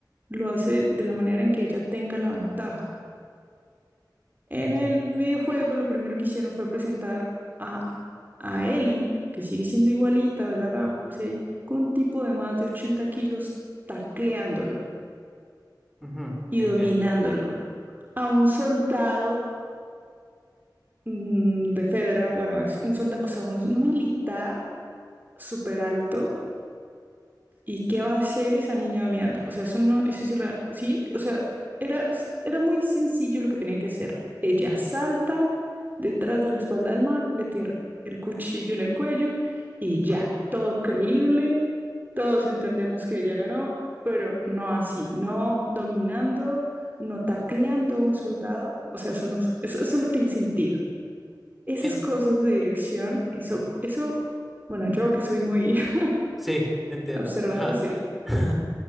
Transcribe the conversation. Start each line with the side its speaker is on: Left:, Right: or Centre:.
Right: lo hace de la manera en que ella tenga la ventaja. En
Centre: entiendo.
Right: el videojuego lo primero que hicieron fue presentar a, a Ellie, que sigue siendo igualita a Bella Ramsey, con un tipo de más de 80 kilos tacleándolo
Centre: Ujú,
Right: y
Centre: entiendo.
Right: dominándolo. A un soldado mm, de Fedra, bueno, es un soldado, o sea, un militar súper alto ¿Y qué va a hacer esa niña mirándolo? O sea, eso no, eso es irreal. Sí, o sea, era, era muy sencillo lo que tenía que hacer. Ella salta detrás de la espalda del man, le tira el cuchillo en el cuello y ya, todo creíble, todos entendemos que ella ganó, pero no así, no dominando, no tacleando a un soldado. O sea, eso no, eso, eso no tiene sentido. Esas
Centre: En-
Right: cosas de dirección, eso, eso, bueno, yo que soy muy <laughs>
Centre: sí, entiendo.
Right: observadora,
Centre: Ajá.
Right: sí.
Centre: <laughs>